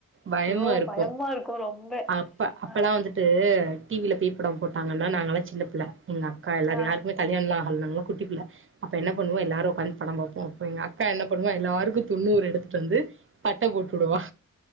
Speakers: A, on the right (about 40°); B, in the centre.
A: பயமா
B: ஐயோ!
A: இருக்கு
B: பயமா இருக்கும் ரொம்ப.
A: அப்ப அப்பல்லா
B: ஆ,
A: வந்துட்டு டி வி ல போய் படம் போட்டாங்கன்னா நாங்கள்லா சின்ன பிள்ள எங்க அக்கா எல்லாரு
B: ஆ.
A: யாருக்குமே கலியாண எல்லா நாங்கல்லா குட்டி புள்ள அப்ப என்ன பண்ணுவோ எல்லாரு உக்காந்து படம் பாப்போ அப்ப எங்க அக்கா என்ன பண்ணுவா எல்லாருக்கு துண்ணூறு எடுத்துட்டு வந்து பட்ட போட்டு உடுவா